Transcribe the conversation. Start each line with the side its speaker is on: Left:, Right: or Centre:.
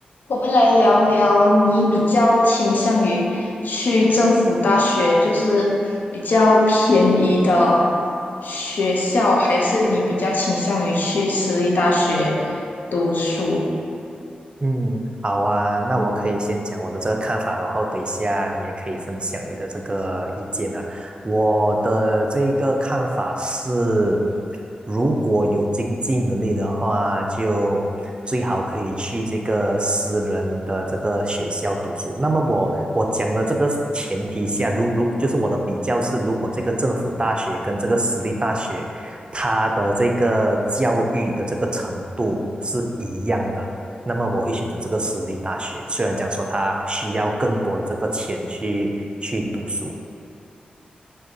Left: 我们来聊聊，你比较倾向于去政府大学，就是比较便宜的学校，还是你比较倾向于去私立大学读书？
Right: 嗯，好啊，那我可以先讲我的这个看法，然后等一下你也可以分享你的这个意见啊。我的这个看法是，如果有经济能力的话，就最好可以去这个私人的这个学校读书。那么我我讲的这个前提下，如如就是我的比较是，如果这个政府大学跟这个私立大学，它的这个教育的这个程度是一样的。那么我会选择这个私立大学。虽然讲说他需要更多的这个钱去去读书，